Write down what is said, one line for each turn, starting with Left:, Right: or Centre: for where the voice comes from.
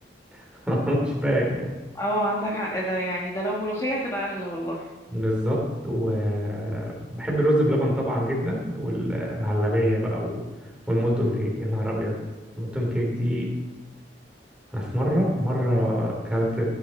Centre: <laughs> مش فاهم يعني
Left: اه عندك حق ده يعني ده لو ملوخية هتبقى اغلى والله
Centre: بالظبط وبحب الرز بلبن طبعا جدا والمهلبيه بقى و... والمولتون كيك يا نهار ابيض المولتون كيك دي انا في مره مره اكلت